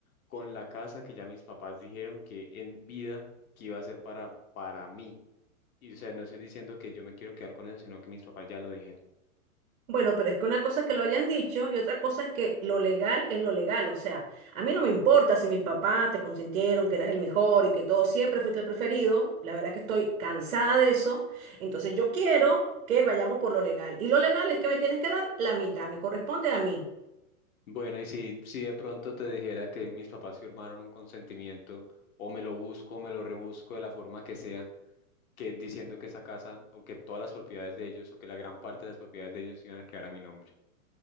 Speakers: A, on the left (about 70°); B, on the right (about 65°).
A: con la casa que ya mis papás dijeron que en vida que iba a ser para para mí? Y o sea, no estoy diciendo que yo me quiero quedar con eso, sino que mis papás ya lo dijeron.
B: Bueno, pero es que una cosa es que lo hayan dicho y otra cosa es que lo legal es lo legal. O sea, a mí no me importa si mis papás te consintieron que eras el mejor y que todo siempre fuiste el preferido. La verdad que estoy cansada de eso. Entonces yo quiero que vayamos por lo legal. Y lo legal es que me tienes que dar la mitad, me corresponde a mí.
A: Bueno, y si, si de pronto te dijera que mis papás firmaron un consentimiento, o me lo busco, o me lo rebusco de la forma que sea, que diciendo que esa casa, o que todas las propiedades de ellos, o que la gran parte de las propiedades de ellos iban a quedar a mi nombre.